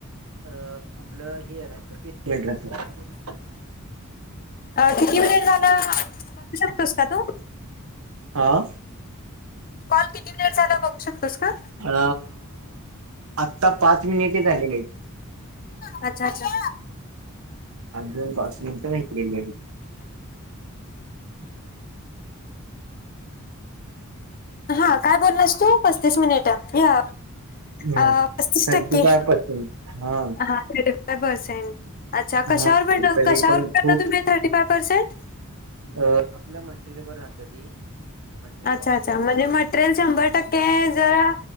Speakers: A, on the right; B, on the left.
A: अ आपलं हे. <unintelligible> नाही घरचं.
B: अ किती मिनिट झाला? बघू शकतोस का तू?
A: हा.
B: कॉल किती मिनिट झाला बघू शकतोस का?
A: अ आत्ता पाच मिनिटे झालेलेत.
B: <inaudible> अच्छा अच्छा.
A: आडलवू पाच मिनट नाही गेलेली.
B: हा काय बोललास तू? पस्तीस मिनिटं. या
A: आहेत
B: आ पस्तीस
A: थर्टी
B: टक्के.
A: फाय पर्सेंट हा
B: पर्सेंट अच्छा कशावर
A: हा
B: भेटलं
A: तरी
B: कशावर
A: पण
B: घेतलं
A: खूप
B: तुम्ही थर्टी फाय पर्सेंट?
A: अ आपल्या मटेरियलवर राहत ते. मटेरियल
B: अच्छा अच्छा म्हणजे मटेरियल शंभर टक्के जरा